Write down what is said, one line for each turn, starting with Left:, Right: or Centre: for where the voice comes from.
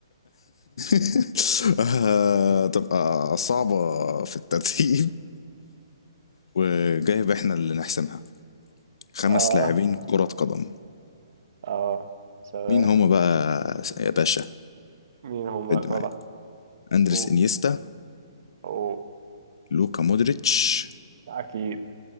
Left: <laughs> آه، تبقى صعبة في الترتيب وجايب احنا اللي نحسمها خمس
Right: اه
Left: لاعبين كرة قدم
Right: اه سلام
Left: مين هما بقى يا باشا
Right: مين هم
Left: عد
Right: يا ترى؟
Left: معايا اندريس
Right: أو
Left: انيستا
Right: أو
Left: لوكا مودريتش
Right: أكيد